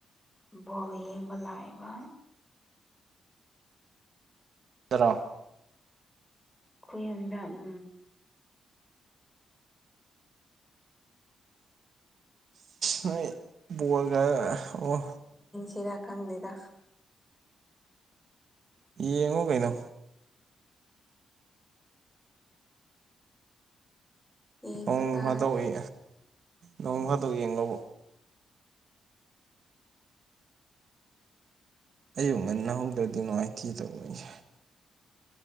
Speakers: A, in the centre; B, on the right (about 60°).
A: ꯕꯣꯜ ꯌꯦꯡꯕ ꯂꯥꯛꯏꯕ
B: ꯇꯔꯥ <unintelligible>
A: ꯈꯣꯢꯌꯨꯝꯗ ꯎꯝ
B: ꯅꯣꯏ ꯕꯣꯜꯒ ꯑꯣ
A: ꯍꯦꯔꯥ ꯈꯪꯗꯦꯗ
B: ꯌꯦꯡꯉꯣ ꯀꯩꯅꯣ
A: ꯌꯦꯡꯕ
B: ꯅꯣꯡ
A: ꯇꯥꯔꯦ
B: ꯐꯥꯗꯣꯛꯏ ꯅꯣꯡ ꯐꯥꯗꯣꯛ ꯌꯦꯡꯕꯕꯨ ꯑꯨꯛ ꯉꯟꯅꯍꯧꯗ꯭ꯔꯗꯤ ꯅꯨꯡꯉꯥꯏꯇꯦ ꯇꯧꯕꯅꯦ